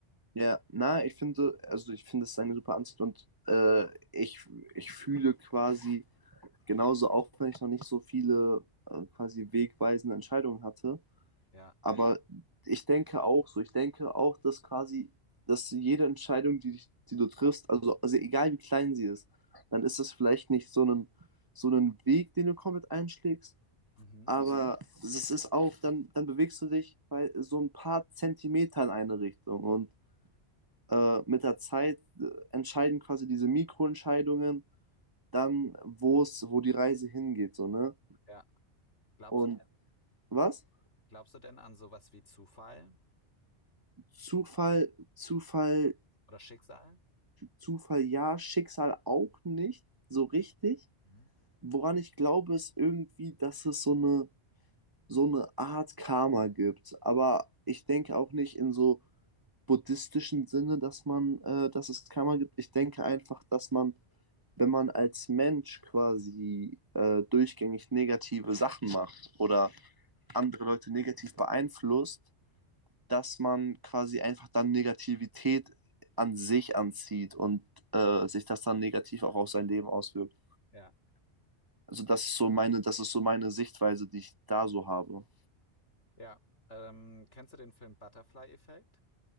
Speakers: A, on the right; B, on the left.
A: ja. Na, ich finde, also ich finde es eine super Ansicht und äh, ich, ich fühle quasi genauso, auch wenn ich noch nicht so viele äh, quasi wegweisende Entscheidungen hatte,
B: Ja.
A: Aber ich denke auch so, ich denke auch, dass quasi, dass jede Entscheidung, die, dich- die du triffst, also, also egal wie klein sie ist, dann ist das vielleicht nicht so ein, so ein Weg, den du komplett einschlägst,
B: Mhm.
A: aber es ist auch, dann, dann bewegst du dich bei so ein paar Zentimeter in eine Richtung und äh, mit der Zeit äh, entscheiden quasi diese Mikroentscheidungen dann, wo es, wo die Reise hingeht, so, ne?
B: Ja. Glaubst
A: Und
B: du,
A: was?
B: glaubst du denn an sowas wie Zufall
A: Zufall, Zufall
B: oder Schicksal?
A: Zufall ja, Schicksal auch nicht so richtig.
B: Mhm.
A: Woran ich glaube, ist irgendwie, dass es so eine, so eine Art Karma gibt. Aber ich denke auch nicht in so buddhistischen Sinne, dass man, äh, dass es Karma gibt. Ich denke einfach, dass man, wenn man als Mensch quasi äh, durchgängig negative Sachen macht oder andere Leute negativ beeinflusst, dass man quasi einfach dann Negativität an sich anzieht und äh, sich das dann negativ auch auf sein Leben auswirkt.
B: Ja.
A: Also das ist so meine, das ist so meine Sichtweise, die ich da so habe.
B: Ja. Ähm, kennst du den Film Butterfly-Effekt?